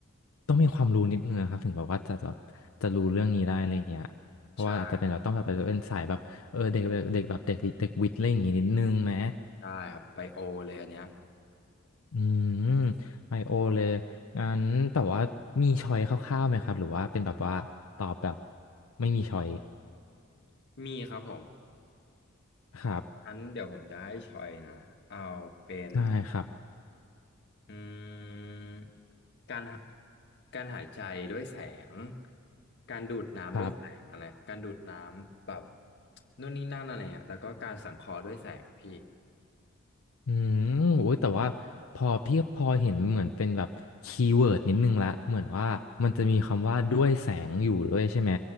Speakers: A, on the left; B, on the left.
A: ต้องมีความรู้นิดนึงนะครับถึงแบบว่าจะแบบจะรู้เรื่องนี้ได้อะไรเงี้ยเพราะว่าอาจจะเป็นแบบต้องแบบเป็นสายแบบเออเด็กเด็กแบบเด็กเด็กวิทย์อะไรอย่างงี้นิดนึงไหม
B: ใช่ใช่ครับไบโอเลยอันเนี้ย
A: อืมไมโอเลยงั้นแต่ว่ามีชอยคร่าวๆไหมครับหรือว่าเป็นแบบว่าตอบแบบไม่มีชอย
B: มีครับผม
A: ครับ
B: งั้นเดี๋ยวผมจะให้ชอยนะเอาเป็น
A: ได้ครับ
B: อืมการหาการหายใจด้วยแสงการดูดน้ำด้วยแสงอะไรการดูดน้ำแบบ
A: ครับ
B: นู่นนี่นั่นอะไรเงี้ยแล้วก็การสังเคราะห์ด้วยแสงพี่
A: อืมโอ้ยแต่ว่าพอพี่พอเห็นเหมือนเป็นแบบคีย์เวิร์ดนิดนึงละเหมือนว่ามันจะมีคำว่าด้วยแสงอยู่ด้วยใช่ไหม